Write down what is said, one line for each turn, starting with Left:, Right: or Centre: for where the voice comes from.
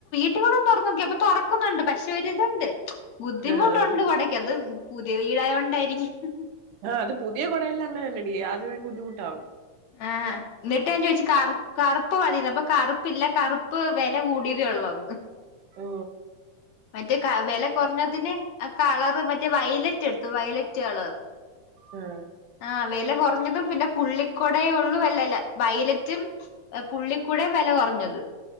Left: ട്ടി കൂട തുറന്നോക്കി അപ്പൊ തുറക്കുന്നുണ്ട് പക്ഷെ ഒരിതുണ്ട് ബുദ്ധിമുട്ടുണ്ട്
Right: ആ ആ
Left: കുടക്ക് അത് പുതിയ വീടായോണ്ടായിരിക്കും
Right: ആ അത് പുതിയ കുടയെല്ലാം അങ്ങനെ തന്നെടി ആദ്യമക്ക് ബുദ്ധിമുട്ടാവും
Left: ആ എന്നിട്ട് ഞാൻ ചോദിച്ചു ക കറുപ്പ് മതി അപ്പൊ കറുപ്പില്ല കറുപ്പ് വില കൂടിയതേള്ളൂ <unintelligible>
Right: മ്
Left: മറ്റേ വെല. കൊറഞ്ഞതിന്. കളറ് മറ്റേ വയല റ്റ്. എടുത്ത്. വൈലറ്റ്കളർ
Right: ആ
Left: ആ. വെല. കൊറഞ്ഞതും. പിന്നെ പുള്ളികൊടെയെ. ഉള്ളൂ. വല്ലല്ല. വൈലറ്റും ഹേ. പുള്ളിക്കൂടേം. വെല കൊർഞ്ഞത്